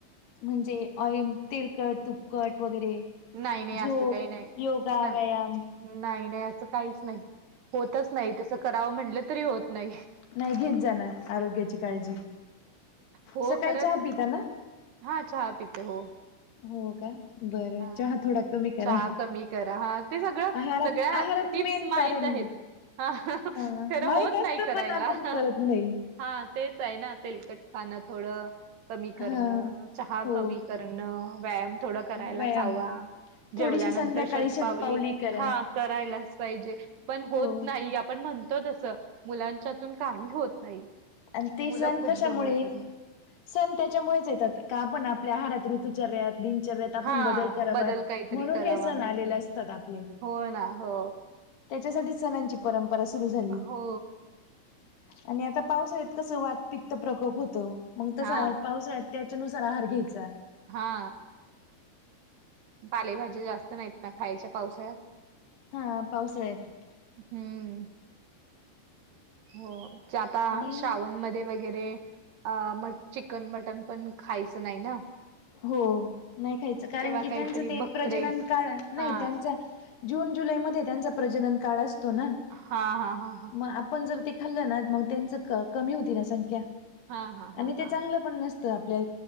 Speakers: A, on the left; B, on the right.
A: म्हणजे ऑइल तेलकट तुपकट वगैरे
B: नाही नाही
A: झो
B: असं काही नाही.
A: योगा,
B: ना-
A: व्यायाम
B: नाही नाही असं काहीच नाही होतच नाही तसं करावं म्हटलं तरी होत नाही.
A: नाही घेत जाणार आरोग्याची काळजी
B: हो
A: सकाळी
B: खरंत
A: चहा पिता
B: नं
A: ना
B: हा चहा पीत हो
A: हो काय बर
B: हा.
A: चहा थोडा कमी करा
B: चहा कमी करा हा ते सगळं
A: आहारात
B: सगळ्या
A: आहारात
B: टिप्स
A: मेन
B: माहित
A: कारण
B: आहेत. हा
A: ना ना
B: खरं
A: माहित
B: होत
A: असत
B: नाही करायला.
A: पण आपण करत नाही.
B: हा तेच हाय ना तेलकट खाणं थोडं कमी करणं
A: हा.
B: चहा
A: हो
B: कमी कर न व्यायाम थोड करायलाच
A: व्यायाम
B: हवा
A: थोडीशी
B: जेवल्यानंतर
A: संध्याकाळी
B: शतपावली
A: करा.
B: हा करायलाच पाहिजे पण
A: हो.
B: होत नाही आपण म्हण तो तस मुलांच्यातून काही होत नाही.
A: आणि ते
B: मुलं
A: सण
B: खूप
A: कशामुळे
B: दमवतात ना
A: सण त्याच्यामुळेच येतात का आपण आपल्या आहारात ऋतुचर्यात दिनचर्यात आपुण
B: हा
A: बदल करावात
B: बदल काहीतरी
A: म्हणून
B: करावा
A: हे सण
B: म्हणून
A: आलेले असतात आपले.
B: हो ना हो
A: त्याच्यासाठी सणांची परंपरा सुरु झाली
B: हो
A: आणि आता पावसाळ्यात कसं वातपित्त प्रकोप होतो मग तसा
B: हा
A: पावसाळ्यात त्याच्यानुसार आहार घ्यायचा.
B: हा पालेभाज्या जास्त नाहीत ना खायच्या पावसाळ्यात
A: हा पावसाळ्यात
B: हम्म हो च्याता
A: आणि
B: श्रावण मध्ये वगैरे अ म चिकन मटन पण खायचं नाही ना
A: हो नाही खायचं कारण
B: तेव्हा
A: की
B: काहीतरी
A: त्यांचं ते
B: बकरे
A: प्रजनन काळ नाही
B: हा
A: त्यांच जून जुलै मध्ये त्यांचा प्रजनन काळ असतो ना
B: हा हा हा हा
A: मग आपण जर ते खाल्लं ना मग त्यांच क कमी होती ना संख्या
B: हा हा हा
A: आणि ते
B: हा
A: चांगलं पण नसतं आपल्या